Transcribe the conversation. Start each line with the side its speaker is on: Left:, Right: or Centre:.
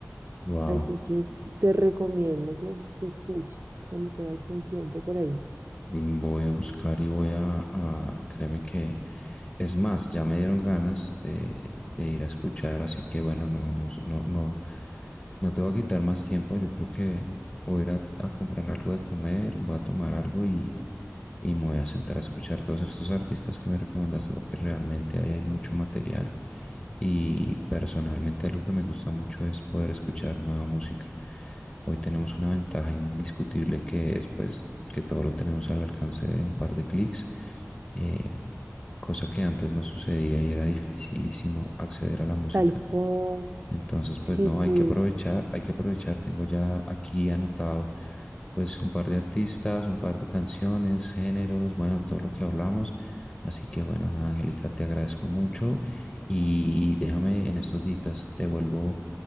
Left: Wow.
Right: así que te recomiendo que, que escuches cuando te das un tiempo por ahí.
Left: Voy a buscar y voy a, a- créeme que, es más, ya me dieron ganas de, de ir a escuchar, así que bueno, no, no, s- no, no, no te voy a quitar más tiempo, yo creo que voy a ir a, a comprar algo de comer, voy a tomar algo y, y me voy a sentar a escuchar todos estos artistas que me recomendaste, porque realmente ahí hay mucho material y personalmente algo que me gusta mucho es poder escuchar nueva música. Hoy tenemos una ventaja indiscutible que es pues que todo lo tenemos al alcance de un par de clics, eh, cosa que antes no sucedía y era dificilísimo acceder a la música.
Right: Tal cual.
Left: Entonces,
Right: Sí,
Left: pues no,
Right: sí.
Left: hay que aprovechar, hay que aprovechar. Tengo ya aquí anotado pues un par de artistas, un par de canciones, géneros, bueno, todo lo que hablamos. Así que bueno, nada, Angélica, te agradezco mucho y déjame en estos días, te vuelvo